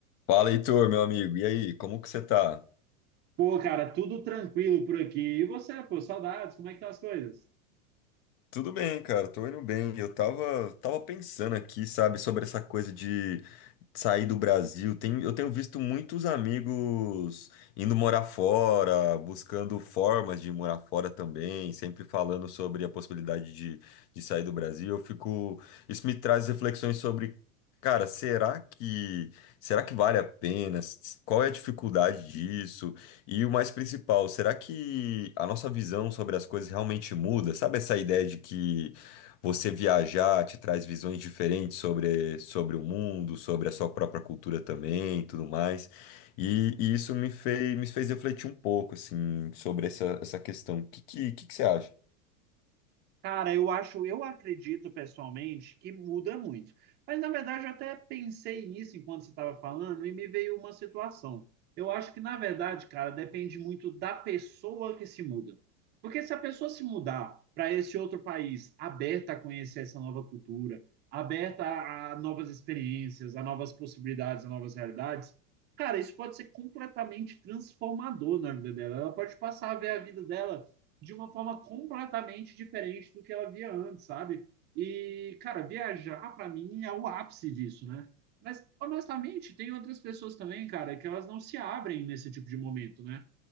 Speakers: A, on the left; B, on the right.
A: Fala, Heitor, meu amigo. E aí, como que você tá?
B: Pô, cara, tudo tranquilo por aqui. E você, pô, saudades, como é que estão as coisas?
A: Tudo bem, cara, tô indo bem. Eu tava, tava pensando aqui, sabe, sobre essa coisa de sair do Brasil. Tem, eu tenho visto muitos amigos indo morar fora, buscando formas de morar fora também, sempre falando sobre a possibilidade de, de sair do Brasil. Eu fico, isso me traz reflexões sobre, cara, será que, será que vale a pena? S- Qual é a dificuldade disso? E o mais principal, será que a nossa visão sobre as coisas realmente muda? Sabe essa ideia de que você viajar te traz visões diferentes sobre, sobre o mundo, sobre a sua própria cultura também, e tudo mais. E, e isso me fez, me fez refletir um pouco, assim, sobre essa, essa questão. O que, que, que que você acha?
B: Cara, eu acho, eu acredito pessoalmente que muda muito. Mas na verdade eu até pensei nisso enquanto você estava falando e me veio uma situação. Eu acho que na verdade, cara, depende muito da pessoa que se muda. Porque se a pessoa se mudar para esse outro país, aberta a conhecer essa nova cultura, aberta a, a novas experiências, a novas possibilidades, a novas realidades, cara, isso pode ser completamente transformador na vida dela. Ela pode passar a ver a vida dela de uma forma completamente diferente do que ela via antes, sabe? E, cara, viajar para mim é o ápice disso, né? Mas, honestamente, tem outras pessoas também, cara, que elas não se abrem nesse tipo de momento, né?